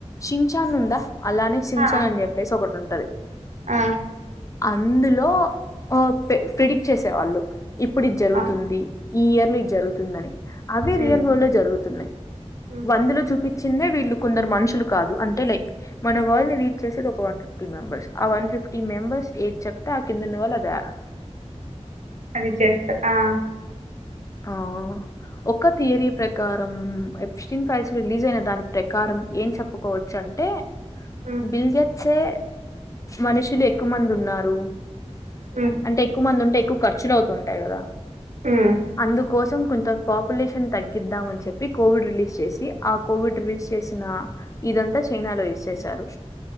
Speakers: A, on the left (about 25°); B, on the right (about 90°).
A: షించాన్ ఉందా అలానే శించాన్
B: ఆ
A: అని చెప్పేసి ఒకటి ఉంటం తది
B: ఆ
A: అందులో ఓ ప్రిడిక్ట్ చేసేవాళ్ళు ఇప్పుడు ఇది జరుగుతుంది
B: ఆ
A: ఈ ఇయర్ లో ఇది జరుగుతుందని అవిే
B: ఉమ్
A: రియల్ వరల్డ్ లో జరుగుతున్నాయి
B: ఉమ్
A: వందులో చూపి చిన్న వీళ్ళు కొందరు మనుషులు కాదు అంటే లైక్ మన వాళ్ళని వీట్ చేసేది ఒక వన్ ఫిఫ్టీ మెంబెర్స్ ఆ వన్ ఫిఫ్టీ మెంబెర్స్ ఏజ్ చెప్త అ కింద ఉన్న ఓల్ అది చేయాలి
B: అది చేస్తర్ ఆ
A: ఆ ఒక్క తీయరీ ప్రకారం ఎ ప్సటీన్ ఫైల్స్ రిలీజ్ అయిన దాని ప్రకారం ఏం చెప్పుకోవచ్చు అంటే
B: ఉమ్
A: బిల్ గేట్స్ ఎ మనుషులు ఎక్కువ మంది ఉం న్నారు
B: ఉమ్
A: అంటే ఎక్కువ మంది ఉంటే ఎక్కువ ఖర్చులవుతుంటాయి గదా
B: ఉమ్
A: అందుకోస్ కొంత పాపులేషన్ తగ్గిద్దాం అని చెప్పి కోవిడ్ రిలీజ్ చేసి ఆ కోవిడ్ రిలీజ్ చేసిన ఇదంతా చైనాలో యూజ్ చేశారు